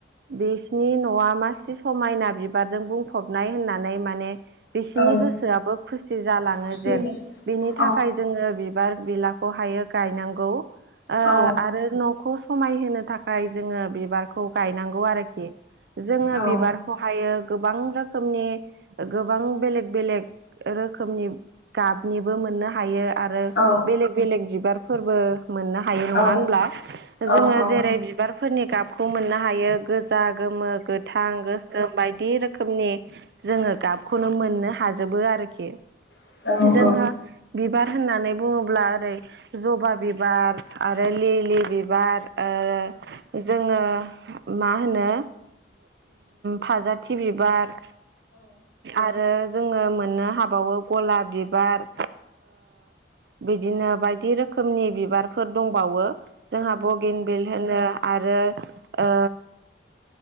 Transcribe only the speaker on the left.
औ
खुसि
औ
औ
औ
औ
औ
औ
औ औ